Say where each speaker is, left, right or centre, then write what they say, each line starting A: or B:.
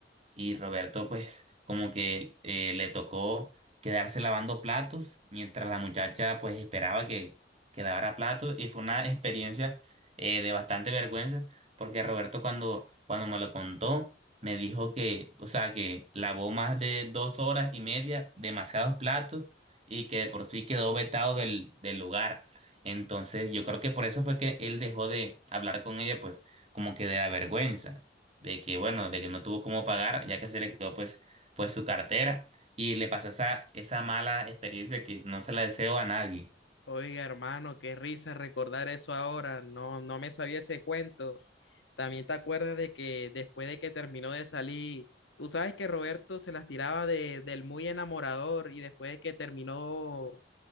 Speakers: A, on the right (about 35°); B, on the left (about 85°).
A: y Roberto pues como que eh, le tocó quedarse lavando platos mientras la muchacha pues esperaba que, que lavara platos y fue una experiencia eh, de bastante vergüenza porque Roberto cuando, cuando me lo contó me dijo que, o sea, que lavó más de dos horas y media demasiados platos y que de por sí quedó vetado del, del lugar. Entonces yo creo que por eso fue que él dejó de hablar con ella pues como que de la vergüenza de que bueno, de que no tuvo cómo pagar, ya que se le quedó pues, pues su cartera y le pasó esa, esa mala experiencia que no se la deseo a nadie.
B: Oiga, hermano, qué risa recordar eso ahora, no, no me sabía ese cuento. También te acuerdas de que después de que terminó de salir, tú sabes que Roberto se las tiraba de, del muy enamorador y después de que terminó